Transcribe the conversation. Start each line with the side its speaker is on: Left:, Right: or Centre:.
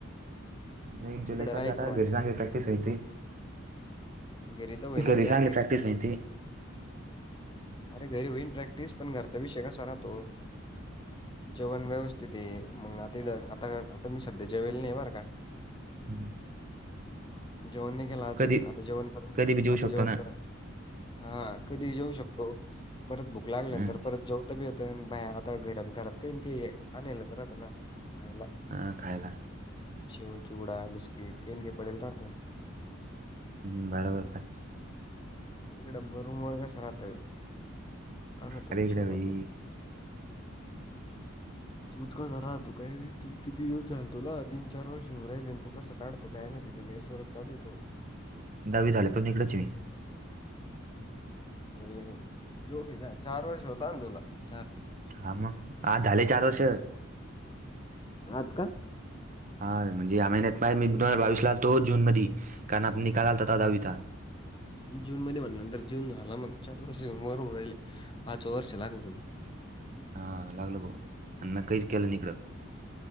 Right: नही जुलै चालू
Left: राहायचं
Right: आहे. आता
Left: म्हणलं.
Right: घरी चांगली प्रॅक्टीस होयती,
Left: घरी तर होईनच
Right: घरी
Left: प्रॅक्टिस.
Right: चांगली प्रॅक्टीस होयती
Left: अरे घरी होईन प्रॅक्टिस पण घरचा विषय कसा राहतो. जेवण व्यवस्थित हे मग आता इड आता, आता मी सध्या जेवेल नाही बर का.
Right: <inaudible>
Left: जेवण नाही केल अजून
Right: कधी
Left: आता जेवण करतं
Right: कधी बी जेऊ
Left: आता
Right: शकतो
Left: जेवण
Right: ना
Left: करत हा कधी जेऊ शक तो परत भूक लागल्यानंतर
Right: हां
Left: परत जेव तबियत नं भा आता घरात, घरात काही नं काही आनेलच राहत ना खायला.
Right: हां खायला.
Left: शेव, चिवडा, बिस्किट काहींनं काही पडेल राहत.
Right: हूं बराबर काय.
Left: तिकडं ब रूम वर कस राहत. हा ना तो
Right: अरे
Left: विषय
Right: इकडे भाई
Left: राहतो. तूच कसा राहतो काय माहिती, किती दिवस झाले तुला तीन चार वर्ष होऊं राहिल नं तू कसं काढतो काय माहिती, ते मेसवरच चालूय तो.
Right: दहावी झाले पण इकडच ये मी.
Left: हे जोक हे का चार वर्ष होता तुला, चार ते पाच.
Right: हा मग आ झाले चार वर्ष.
Left: आज का?
Right: हा म्हणजे या महिन्यात पाह मी दोन हजार बावीस आलतो जून मधी, कारण आत निकाल आलता तवा दहावीचा.
Left: जून मध्ये म्हणल्या नंतर जून झाला मग चार वर्ष वर हू राहिले पाच वर्ष लागलं तुला.
Right: हा लागलं भाऊ आण म्या कहीच केलं नाही इकडं.